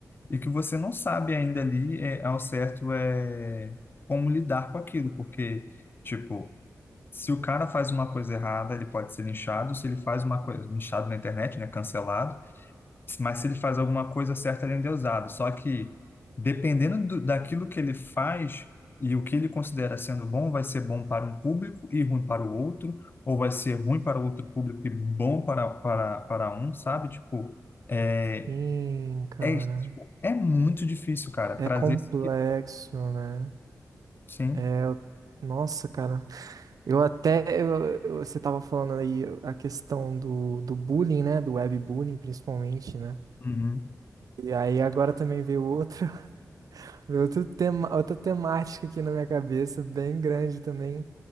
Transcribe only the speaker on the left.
e que você não sabe ainda ali é, ao certo é, como lidar com aquilo, porque, tipo, se o cara faz uma coisa errada, ele pode ser linchado, se ele faz uma coisa, linchado na internet, né, cancelado, mas se ele faz alguma coisa certa, ele é endeusado. Só que, dependendo do- daquilo que ele faz e o que ele considera sendo bom, vai ser bom para um público e ruim para o outro, ou vai ser ruim para o outro público e bom para, para, para um, sabe? Tipo, é,
é, tipo, é muito difícil, cara,
trazer
esse equilíbrio.
Sim.
Uhum.